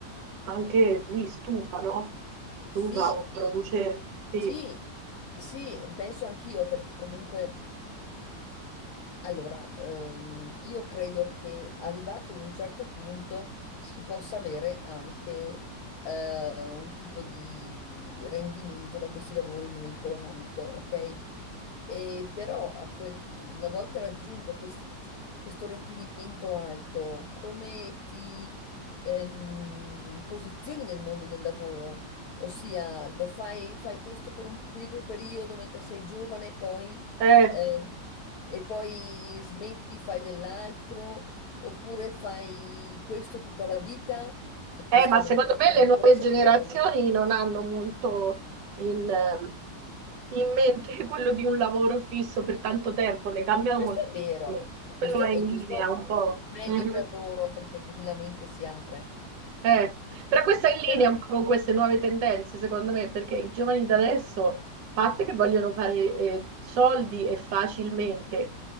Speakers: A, on the right; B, on the left.
A: anche lì stufa, no?
B: Sì,
A: Stufa o produce, sì.
B: sì, sì, penso anch'io perché comunque. Allora, ehm, io credo che arrivati ad un certo punto si possa avere anche eh, un tipo di rendimento da questi lavori molto alto, ok? E però a quel- una volta raggiunto questi- questo rendimento alto, come ti ehm, posizioni nel mondo del lavoro? Ossia, lo fai, fai questo per un piccolo periodo mentre sei giovane, poi
A: Eh.
B: eh, e poi smetti, fai dell'altro, oppure fai questo tutta la vita e questo
A: Eh, ma
B: non
A: secondo
B: possiamo
A: me le
B: ancora
A: nuove
B: saperlo.
A: generazioni non hanno molto in, ehm, in mente <laughs> quello di un lavoro fisso per tanto tempo, ne cambiano
B: Questo
A: moltissimi.
B: è vero e
A: Quello
B: questo,
A: è in
B: e questo
A: linea un po'.
B: meglio
A: Mhm.
B: per loro perché così la mente si apre.
A: Eh, però questa è in
B: Però
A: linea un po' con queste nuove tendenze, secondo me, perché i giovani da adesso, a parte che vogliono fare eh, soldi e facilmente,